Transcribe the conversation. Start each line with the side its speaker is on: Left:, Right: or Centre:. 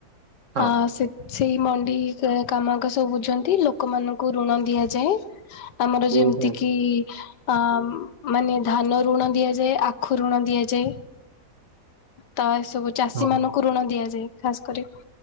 Right: ହଁ
Left: ଆ ସେ ସେଇ ମଣ୍ଡି କାମାଗ ସବୁ ବୁଝନ୍ତି। ଲୋକମାନାନଙ୍କୁ ଋଣ ଦିଆଯାଏ। ଆମର ଯେମିତି
Right: ଓହୋ
Left: କିି ଆଃ ଆଃ ମାନେ ଧାନ ଋଣ ଦିଆଯାଏ, ଆଖୁ ଋଣ ଦିଆଯାଏ। ତ ଏ ସବୁ ଚାଷୀ
Right: ହଁ
Left: ମାନଙ୍କୁ ଋଣ ଦିଆଯାଏ ଖାସ କରି।